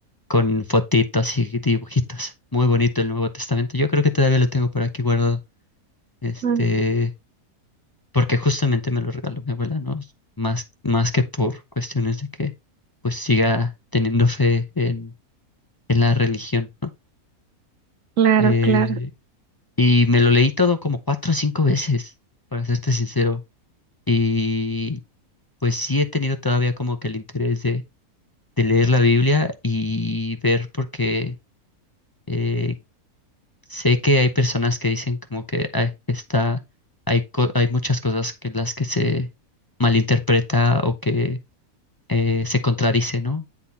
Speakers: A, on the left; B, on the right.
A: con fotitos y dibujitos. Muy bonito el Nuevo Testamento. Yo creo que todavía lo tengo por aquí guardado. Este,
B: Ah,
A: porque justamente me lo regaló mi abuela, ¿no? Más, más que por cuestiones de que pues siga teniendo fe en, en la religión, ¿no?
B: Claro,
A: Eh,
B: claro.
A: y me lo leí todo como cuatro o cinco veces, para serte sincero. Y pues sí he tenido todavía como que el interés de, de leer la Biblia y ver por qué eh, Sé que hay personas que dicen como que "Ay, está, hay, co- hay muchas cosas que las que se malinterpreta o que eh, se contradice, ¿no?